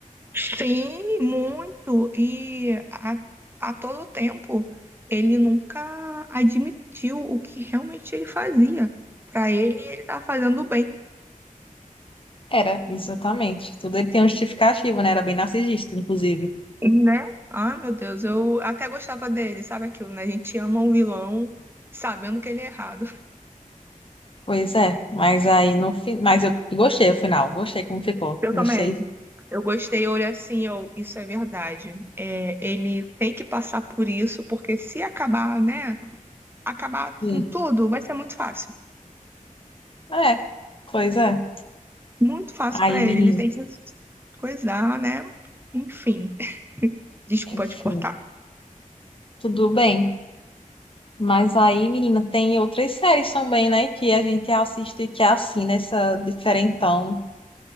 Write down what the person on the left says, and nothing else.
Era, exatamente. Tudo ele tem um justificativo, né? Era bem narcisista, inclusive.
Pois é, mas aí no fim. Mas eu gostei o final, gostei como ficou.
Gostei.
Sim.
É, pois é.
Aí,
menino,
enfim,
tudo bem. Mas aí, menina, tem outras séries também, né? Que a gente assiste que é assim, nessa diferentão.